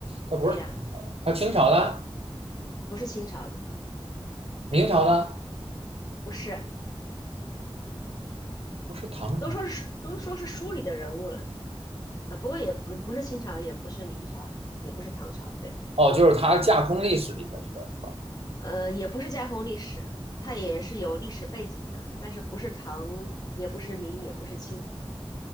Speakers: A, on the right; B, on the left.
A: 他不是唐，
B: 对呀，
A: 他清朝的、
B: 不是清朝的，
A: 明朝的，
B: 不是，
A: 不是唐朝。
B: 都说是都说是书里的人物了啊，不过也嗯不是清朝，也不是明朝，也不是唐朝，对。
A: 哦，就是他架空历史里的一个是吧？
B: 呃，也不是架空历史，它也是有历史背景的，但是不是唐，也不是明，也不是清。